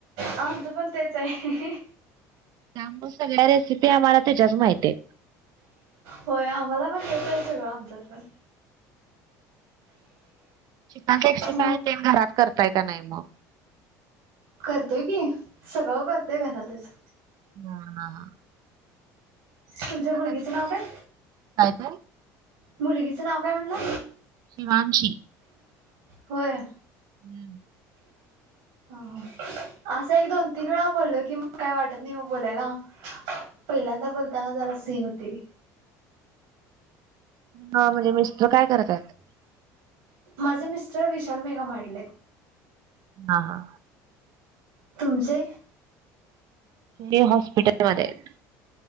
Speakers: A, on the right; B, on the right.
A: आमचं पण तेच आहे.
B: त्यामुळे सगळ्या रेसिपी आम्हाला त्याच्या माहिती आहेत.
A: होय आम्हाला पण तेच आहे सगळं आमच्यात पण.
B: चिकन सिक्सटी फाईव्ह
A: मग
B: ते घरात करताय का नाही मग?
A: करतोय की सगळं करतोय घरातच
B: हा हा हा <unintelligible>
A: तुमच्या
B: तिथं
A: मुलगीचं
B: कधी पण
A: नाव काय
B: काय ते
A: मुलगीचं नाव काय म्हणला?
B: शिवांशी.
A: होय.
B: हम्म
A: असं एक दोन तीन वेळा बोलल कि मग काय वाटतं नाही मग बोलायला. पहिल्यांदा बोलताना जरास हे होते.
B: हा म्हणजे मिस्टर काय करतात?
A: माझे मिस्टर विशाल मेगा मार्ट ला आहेत.
B: हा हा
A: तुमचे?
B: ते हॉस्पिटलमध्ये आहेत.